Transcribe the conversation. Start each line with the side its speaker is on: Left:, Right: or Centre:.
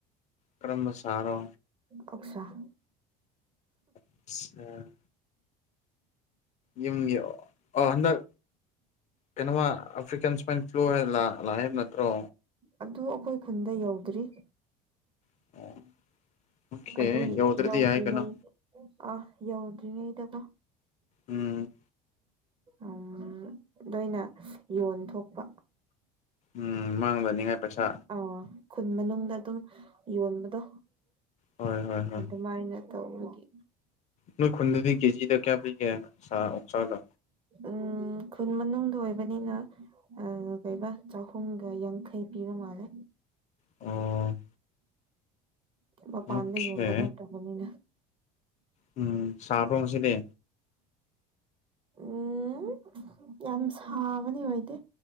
Left: ꯀꯔꯝꯕ ꯁꯔꯣ
Right: ꯑꫭꯛꯁꯥ <unintelligible>
Left: ꯑꯆꯥ ꯌꯨꯝꯒꯤ ꯑ ꯍꯟꯗꯛ ꯀꯩꯅꯣꯃ ꯑꯐ꯭ꯔꯤꯀꯥꯟ ꯁꯋꯥꯏꯟ ꯐ꯭ꯂꯨ ꯍꯥꯏ ꯂꯥꯛꯑꯦꯕ ꯅꯠꯇ꯭ꯔꯣ
Right: ꯑꯗꯨ ꯑꯩꯈꯣꯏ ꯈꯨꯟꯗ ꯌꯧꯗ꯭ꯔꯤ
Left: ꯑꯣ ꯑꯣꯀꯦ
Right: ꯑꯗꯨ
Left: ꯌꯧꯗ꯭ꯔꯗꯤ
Right: ꯌꯧꯗ꯭ꯔꯤꯉꯩ
Left: ꯌꯥꯏ ꯀꯩꯅꯣ
Right: ꯑꯥ ꯌꯧꯗ꯭ꯔꯤꯉꯩꯗꯀꯣ
Left: ꯎꯝ
Right: ꯎꯝ ꯅꯣꯏꯅ ꯌꯣꯟ ꯊꯣꯛꯄ
Left: ꯎꯝ ꯃꯥꯡꯗꯅꯤꯉꯥꯏ ꯄꯩꯁꯥ
Right: ꯑꯥ ꯈꯨꯟ ꯃꯅꯨꯡꯗ ꯑꯗꯨꯝ ꯌꯣꯟꯕꯗꯣ
Left: ꯍꯣꯏ ꯍꯣꯏ ꯍꯣꯏ
Right: ꯑꯗꯨꯃꯥꯏꯅ ꯇꯧꯕꯒꯤ
Left: ꯅꯣꯏ ꯈꯨꯟꯗꯗꯤ ꯀꯦꯖꯤꯗ ꯀꯌꯥ ꯄꯤꯒꯦ ꯑꯣꯛꯁꯥꯗꯣ
Right: ꯎꯝ ꯈꯨꯟ ꯃꯅꯨꯡꯗ ꯑꯣꯏꯕꯅꯤꯅ ꯀꯩꯕ ꯆꯍꯨꯝꯒ ꯌꯥꯡꯈꯩ ꯄꯤꯕ ꯃꯥꯜꯂꯦ
Left: ꯑꯣ
Right: ꯃꯄꯥꯟꯗ
Left: ꯑꯣꯀꯦ
Right: ꯌꯣꯟꯕ ꯅꯠꯇꯕꯅꯤꯅꯥ
Left: ꯎꯝ ꯁꯕ꯭ꯔꯣ ꯉꯥꯁꯤꯗꯤ
Right: ꯎꯝ ꯌꯥꯝ ꯁꯥꯕꯅꯤ ꯑꯣꯏꯗꯦ